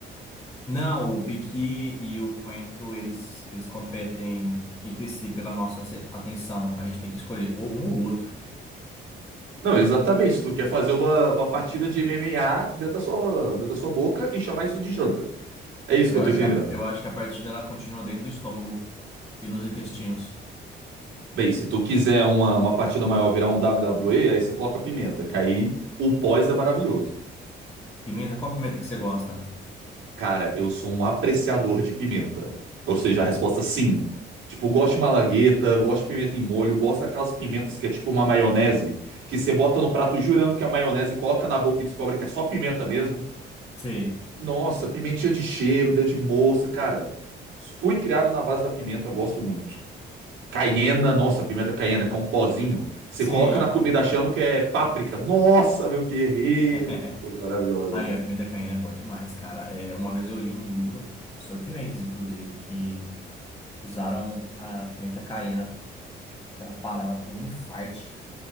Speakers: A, on the left (about 15°); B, on the right (about 80°).
A: Não, o Piqui e o Coentro, eles, eles competem entre si pela nossa ace- atenção. A gente tem que escolher ou um ou outro.
B: Não, exatamente. Tu quer fazer uma, uma partida de M M a dentro da sua, dentro da sua boca e chamar isso de janta. É isso
A: Eu
B: que eu tô
A: acho
B: entendendo.
A: que a, eu acho que a partida ela continua dentro do estômago e nos intestinos.
B: Bem, se tu quiser uma, uma partida maior virar um WWE, aí você coloca pimenta, que aí o pós é maravilhoso.
A: Pimenta, qual pimenta que você gosta?
B: Cara, eu sou um apreciador de pimenta. Ou seja, a resposta é sim. Tipo, gosto de malagueta, gosto de pimenta em molho, gosto daquelas pimentas que é tipo uma maionese, que você bota no prato jurando que é maionese, coloca na boca e descobre que é só pimenta mesmo.
A: Sei,
B: Nossa, pimentinha de cheiro, dedo de moça, cara. Fui criado na base da pimenta, gosto muito. Caiena, nossa, pimenta caiena, que é um pozinho. Você
A: sei.
B: coloca na comida achando que é páprica. Nossa, meu guerreiro,
A: <laughs>
B: que coisa maravilhosa.
A: Aí, a pimenta caína é boa demais, cara. É, uma vez eu li num livro sobre pimentas, inclusive, que usaram a pimenta caiena para parar um infarte